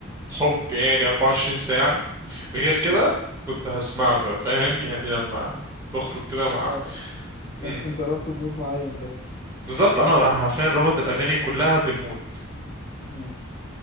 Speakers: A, on the right (about 15°); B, on the left (about 45°).
A: حب يعني 24 ساعة غير كده
B: مم.
A: كنت هسمعه لو فاهم يعني لما بخرج كده مع
B: اه
A: امم
B: انت أنت رابطه بمود معين بس
A: بالظبط انا انا حرفيا رابط الاغاني كلها بالمود
B: امم